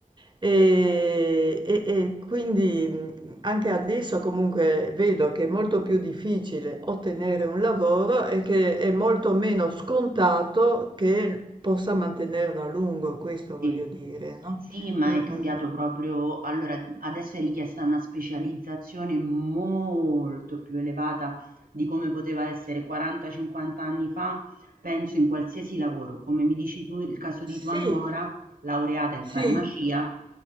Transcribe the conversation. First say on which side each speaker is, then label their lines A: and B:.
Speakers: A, on the right; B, on the right.
A: ehm, e e quindi, mhmm, anche adesso comunque vedo che è molto più difficile ottenere un lavoro e che è molto meno scontato che possa mantenerlo a lungo, questo
B: Sì.
A: voglio dire, no?
B: Sì, ma
A: Mh-mh.
B: è cambiato proprio allora adesso è richiesta una specializzazione molto più elevata di come poteva essere 40-50 anni fa, penso in qualsiasi lavoro. Come mi dici tu, il caso di tua
A: Sì.
B: nuora, laureata in farmacia,
A: Sì.